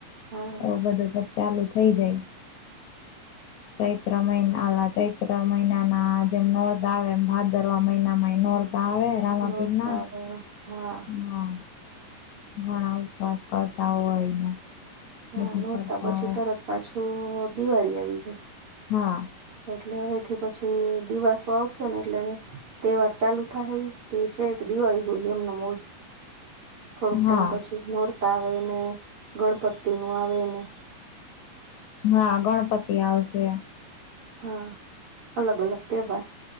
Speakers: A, on the right; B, on the left.
A: હા
B: એવું બધું ચાલુ થઈ જાય ચૈત્ર મહિનાલા ચૈત્ર મહિના ના જેમ નૌરતા આવે એમ ભાદરવા મહિનામાં નોર્ તાવે એરામાં
A: નોરતા
B: આપના
A: આવ્યા હા
B: હ ઘણા ઉપવાસ કરતા હોય ને
A: હા
B: બધું
A: નોરતા
B: કરતા
A: પછી
B: હોય
A: તરત પાછું દિવાળી આવી જાય
B: હા
A: એટલે હવેથી પછી દિવાસો આવશે ને એટલે તહેવાર ચાલુ થાય તે શેઠ દિવાળી હો એમને હોય થોડોક ટાઈમ
B: હા
A: પછી નૌરતા આવેને ગણપતિ નું આવે ને
B: હા ગણપતિ આવશે.
A: હા અલગ અલગ તહેવાર